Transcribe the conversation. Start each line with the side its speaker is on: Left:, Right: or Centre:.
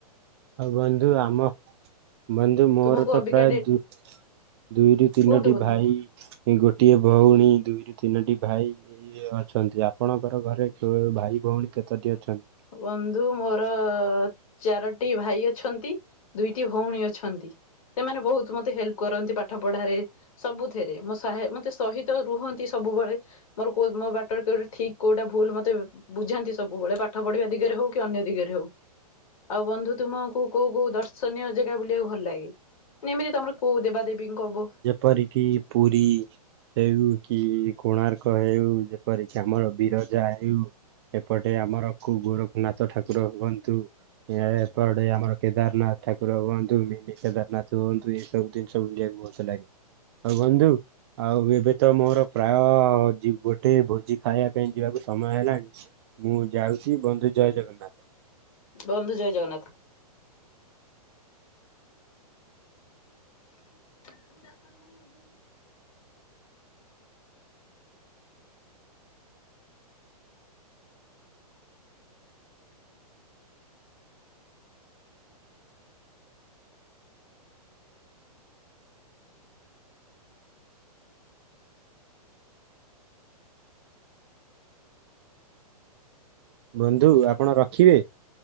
Right: ଆଉ ବନ୍ଧୁ ଆମ ବନ୍ଧୁ ମୋର
Left: ତୁମକୁ
Right: ତ
Left: ଅବିକା
Right: ପ୍ରାୟ
Left: ଡେ
Right: ଦ ଦୁଇରୁ ତିନୋଟି
Left: କୁହନ୍ତୁ ବନ୍ଧୁ।
Right: ଭାଇ ଗୋଟିଏ ଭଉଣୀ ଦୁଇରୁ ତିନୋଟି ଭାଇ। ଅଛନ୍ତି ଆପଣଙ୍କର ଘରେ ଭାଇ ଭଉଣୀ କେତୋଟି ଅଛନ୍ତି?
Left: ବନ୍ଧୁ ମୋର ଚାରୋଟି ଭାଇ ଅଛନ୍ତି। ଦୁଇଟି ଭଉଣୀ ଅଛନ୍ତି ସେମାନେ ବହୁତ ମତେ ହେଲ୍ପ କରନ୍ତି ପାଠ ପଢାରେ। ସବୁଥିରେ ମୋ ସହାୟ ମତେ ସହିତ ରୁହନ୍ତି ସବୁବେଳେ। ମୋର କଉ ମୋ ବାଟରେ କୋଉଟା ଠିକ କୋଉଟା ଭୁଲ ମତେ ବୁଝାନ୍ତି ସବୁବେଳେ ବାଟ ପାଠ ପଢିବା ଦିଗରେ ହଉ କି ଅନ୍ୟ ଦିଗରେ ହଉ। ଆଉ ବନ୍ଧୁ ତୁମକୁ କୋଉ କୋଉ ଦର୍ଶନୀୟ ଜାଗା ବୁଲିବାକୁ ଭଲ ଲାଗେ? ଏମିତି ତମର କଉ ଦେବା ଦେବୀଙ୍କୁ କବୁ
Right: ପରିକି ପୁରୀ ହେଉ କି କୋଣାର୍କ ହେଉ ଯେପରିକି ଆମର ବିରଜା ହେଉ। ଏପଟେ ଆମର ଗୋରଖନାଥ ଠାକୁର ହୁଅନ୍ତୁ। ଏହା ଏପଟେ ଆମର କେଦାରନାଥ ଠାକୁର ହୁଅନ୍ତୁ, ମିନି କେଦାରନାଥ ହୁଅନ୍ତୁ। ଏସବୁ ଜିନିଷ ବୁଲିବାକୁ ମଜା ଲାଗେ। ଆଉ ବନ୍ଧୁ ଆଉ ଏବେ ତ ମୋର ପ୍ରାୟ ଗୋଟେ ଭୋଜି ଖାଇବା ପାଇଁ ଯିବାକୁ ସମୟ ହେଲାଣି। ମୁଁ ଯାଉଚି ବନ୍ଧୁ ଜୟ ଜଗନ୍ନାଥ।
Left: ବନ୍ଧୁ ଜୟ ଜଗନ୍ନାଥ। <unintelligible>
Right: ବନ୍ଧୁ ଆପଣ ରଖିବେ?